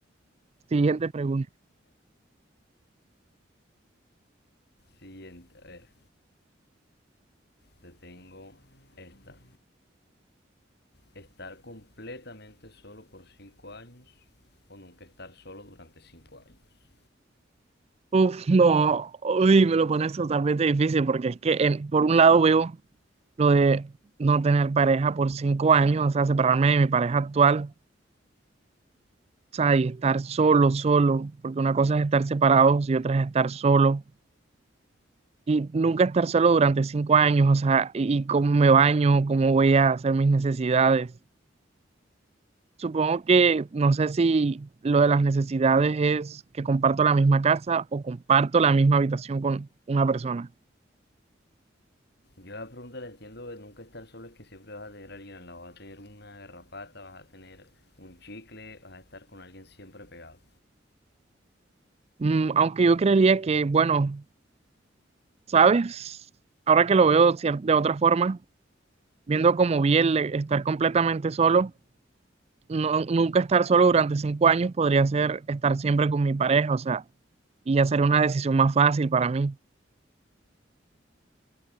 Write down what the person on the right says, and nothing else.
Siguiente pregunta.
Uf, no, uy, me lo pones totalmente difícil porque es que en- por un lado veo lo de no tener pareja por cinco años, o sea, separarme de mi pareja actual, o sea, y estar solo, solo, porque una cosa es estar separados y otra es estar solo, y nunca estar solo durante cinco años, o sea, y, y cómo me baño, cómo voy a hacer mis necesidades. Supongo que, no sé si lo de las necesidades es que comparto la misma casa o comparto la misma habitación con una persona.
Mm, aunque yo creería que, bueno, ¿sabes? Ahora que lo veo cier- de otra forma, viendo como vi el e, estar completamente solo, no- nunca estar solo durante cinco años podría ser estar siempre con mi pareja, o sea, y ya sería una decisión más fácil para mí.